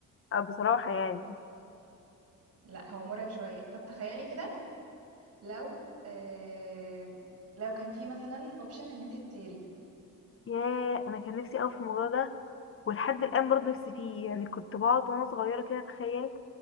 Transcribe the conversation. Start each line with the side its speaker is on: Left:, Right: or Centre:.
Left: اه بصراحة يعني
Right: <laughs> لا هو مرعب شويه طب تخيلي كده لو آه... لو كان في مثلا اوبشن ان انت تطيري
Left: ياه انا كان نفسي اوي في الموضوع ده ولحد الان برضه نفسي فيه يعني كنت بقعد وانا صغيرة كده اتخيل